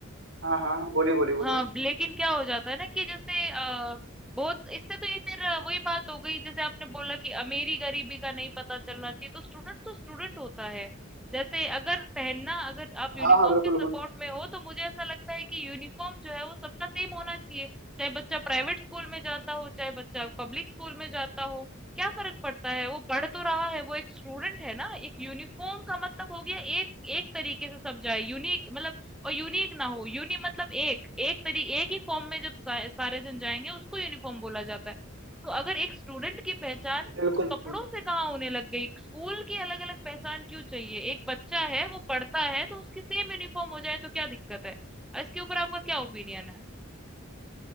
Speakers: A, on the right; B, in the centre.
A: हाँ हाँ बोलिए बोलिए बोलिए
B: हाँ लेकिन क्या हो जाता है ना कि जैसे अ, बहुत इससे तो ये फिर अ, वही बात हो गई जैसे आपने बोला कि अमीरी गरीबी का नहीं पता चलना चाहिए तो स्टूडेंट तो स्टूडेंट होता है जैसे अगर पहनना अगर आप यूनिफॉर्म
A: हाँ हाँ बिल्कुल
B: के सपोर्ट में हो तो मुझे ऐसा लगता है कि यूनिफॉर्म जो है वो सबका सेम होना चाहिए चाहे बच्चा प्राइवेट स्कूल में जाता हो चाहे बच्चा पब्लिक स्कूल में जाता हो क्या फर्क पड़ता है वो पढ़ तो रहा है वो एक स्टूडेंट है ना एक यूनिफॉर्म का मतलब हो गया एक एक तरीके से सब जाए यूनिक मतलब और यूनिक ना हो यूनि मतलब एक एक तरी एक ही फॉर्म में जब सा, सारे जन जाएंगे उसको यूनिफॉर्म बोला जाता है तो अगर एक स्टूडेंट की पहचान
A: बिल्कुल
B: कपड़ों से कहाँ होने लग गई स्कूल की अलग अलग पहचान क्यों चाहिए एक बच्चा है वो पढ़ता है तो उसकी सेम यूनिफॉर्म हो जाए तो क्या दिक्कत है इसके ऊपर आपका क्या ओपिनियन है